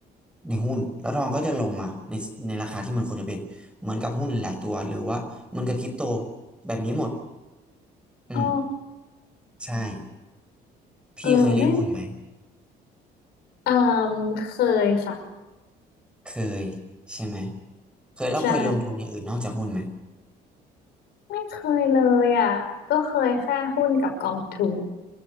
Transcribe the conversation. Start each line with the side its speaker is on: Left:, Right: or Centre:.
Centre: ในหุ้นแล้วทองก็จะลงมาในในราคาที่มันควรจะเป็น เหมือนกับหุ้นหลายตัวหรือว่าเหมือนกับคริปโตแบบนี้หมดอืม
Left: อ๋อ
Centre: ใช่อพี่เคยเล่นหุ้นไหม
Left: เออไม่ไม่เออเคยค่ะ
Centre: เคยใช่ไหมเคยแล้วเคยลงทุนอย่างอื่นนอกจากหุ้นไหม
Left: ใช่ ไม่เคยเลยอ่ะ ก็เคยแค่หุ้นกับกองทุน